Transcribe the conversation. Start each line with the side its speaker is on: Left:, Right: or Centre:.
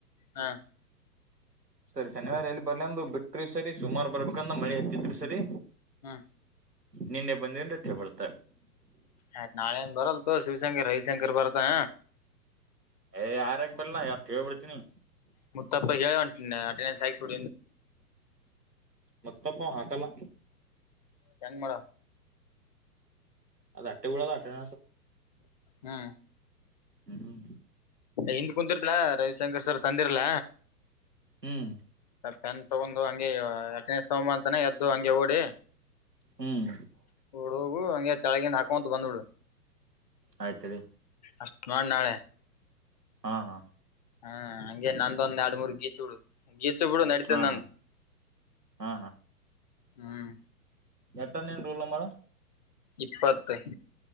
Left: ಹ
Right: ಸರಿ ಶನಿವಾರ ಎಲ್ಲಿ ಬರ್ಲಂದು ಬಿಟ್ಟ್ರಿ ಸರಿ ಸುಮಾರು ಬರ್ಬೇಕ ನಮ್ ಹತ್ತಿದ್ರೆ ಸರಿ
Left: ಹಾ
Right: ನಿನ್ನೆ ಬಂದನ್ ರತ್ತೆ ಬಡ್ತ
Left: ಆಯ್ತತ್ ನಾಳೆ ಏನ್ ಬರಲ್ ಶಿವಶಂಕರ್ ರವಿಶಂಕರ್ ಬರತ
Right: ಏ ಆರ್ ಎಕ್ಸ್ ಬರ್ಲ್ಲಾ ಯ ತೆವ್ ಬಿಡ್ತೀನಿ
Left: ಮುತ್ತಪ್ಪ ಹೇಳಟ್ ಣ ಆ ಟ್ರೈನಿಂಗ್ ಆಕ್ಸ್ಡು
Right: ಮತ್ತಪ್ಪ ಹಾಕಲ್ಲ
Left: ಹೆಂಗ ಮಾಡ
Right: ಅದು ಅಟ್ಟೆಗೂಡೋದ ಅೆನ
Left: ಹ್ಮ್
Right: ಹ್ಮ್
Left: ಹಿಂದ ಕುಂತರತಲ್ಲ ರ ಶಂಕರ್ ಸರ್ ತಂದಿರಲ
Right: ಹ್ಮ್
Left: ಮತ್ತೆನ್ ತಗೊಂಡು ಹಂಗಗೆ ಎಟನ ತಗಂಬ ಅಂತಾನ ಎದ್ದು ಹಂಗೆ ಓಡಿ
Right: ಹ್ಮ್
Left: ಡು ಹೋಗು ಹಗೆ ತಳಗಿಂದ ಹಾಕೊಂತ ಬಂದ್ಬಡು
Right: ಆಯ್ತರಿ
Left: ಅಮಾನ ನಾಳೆ
Right: ಹಾ ಹಾ
Left: ಹಾ ಹಂಗೆ ನಂದೊಂದ್ ಎರಡ್ ಮೂರ್ ಗೀಸುಡು ಗೀ ಕೂಡ ನಡತ
Right: ಹಾ
Left: ನ
Right: ಹಾ ಹಾ
Left: ಹ್ಮ್
Right: ಎಟ್ಟ ನೀೇನ್ ರೂಲ್ ನಂಬರ್
Left: ಇಪ್ಪತ್ತು